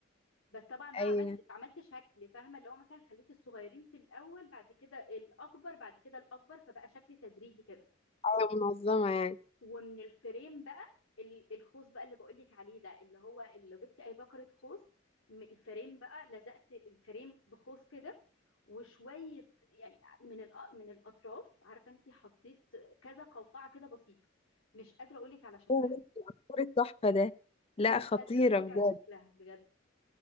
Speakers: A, on the left; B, on the left.
A: بس طبعا بقى
B: ايه ايوه
A: عملت عملت شكل فاهمه اللي هو مثلا خليت الصغيرين في الاول بعد كده الاكبر بعد كده الاكبر فبقى شكل تدريجي كده
B: ايوه منظمه يعني
A: ومن الفريم بقى ال- الخوص بقى اللي بقولك عليه ده اللي هو اللي لو جبتي اي بكرة خوص م- الفريم بقى لزقت الفريم بخوص كده وشوية يعني من الأ- من الأطراف عارفة انتي حطيت كذا قوقعة كده بسيطة مش قادرة أقولك على شكلها
B: ايه يا بنتي، عصفور التحفة ده لا
A: مش
B: خطيرة
A: قادرة أقولك
B: بجد
A: على شكلها بجد